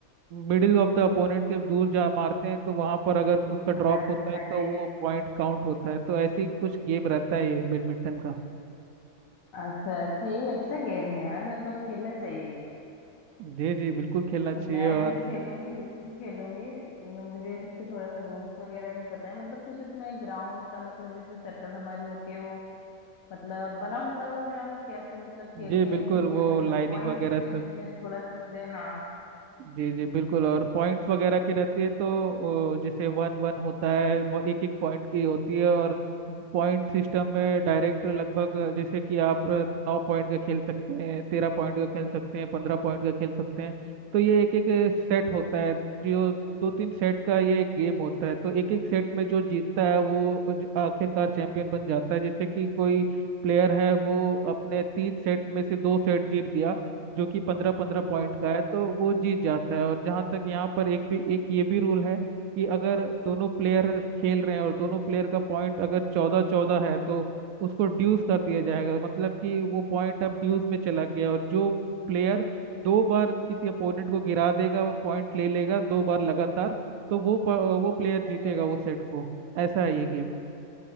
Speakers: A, on the right; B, on the left.
A: मिडिल ऑफ द अपोनेंट के दूर जा मारते हैं तो वहां पर अगर उसका ड्रॉप
B: हाँ जी
A: होता है
B: हाँ
A: तो
B: जी
A: वो पॉइंट काउंट होता है तो ऐसे ही कुछ गेम रहता है ये बैडमिंटन का
B: अच्छा अच्छा ये भी अच्छा गेम है यार मतलब खेलना चाहिए
A: जी जी बिल्कुल खेलना चाहिए
B: मैं
A: और
B: भी खेलूंगी बिल्कुल खेलूंगी न- मुझे इसके थोड़ा सा रूल्स वगैरह नहीं पता है मतलब कुछ इसमें ग्राउंड का मतलब जैसे शटल हमारी होती है वो मतलब बना होता होगा ग्राउंड कैसे मतलब खेलते
A: जी
B: हैं
A: बिल्कुल
B: इसको गेम
A: वो
B: मतलब
A: लाइनिंग
B: पॉइंट
A: वगैरह
B: कितने
A: सब
B: मिलते हैं थोड़ा सा मुझे हाँ
A: जी जी बिल्कुल और पॉइंट्स वगैरह की रहती है तो अ, जैसे वन वन होता है वो एक एक पॉइंट की होती है और पॉइंट सिस्टम में डायरेक्ट लगभग अ, जैसे कि आप अ, नौ पॉइंट का खेल सकते हैं तेरह पॉइंट का खेल सकते हैं पंद्रह पॉइंट का खेल सकते हैं तो ये एक एक सेट होता है जो दो तीन सेट का ये एक गेम होता है तो एक एक सेट में जो जीतता है वो ज- आखिरकार चैंपियन बन जाता है जैसे कि कोई प्लेयर है वो अपने तीन सेट में से दो सेट जीत गया जो कि पंद्रह पंद्रह पॉइंट
B: हाँ जी
A: का
B: हाँ
A: है तो
B: जी हाँ
A: वो जीत जाता है और जहाँ तक यहाँ पर एक भी एक ये भी रूल है कि अगर दोनों प्लेयर खेल रहे हैं और दोनों प्लेयर का पॉइंट अगर चौदह चौदह है तो उसको ड्यूस कर दिया जाएगा मतलब कि वो पॉइंट अब ड्यूस में चला गया और जो प्लेयर दो बार किसी अपोनेंट को गिरा देगा वो पॉइंट ले लेगा दो बार लगातार तो वो प- वो प्लेयर जीतेगा
B: जी हाँ जी।
A: वो सेट को ऐसा है ये गेम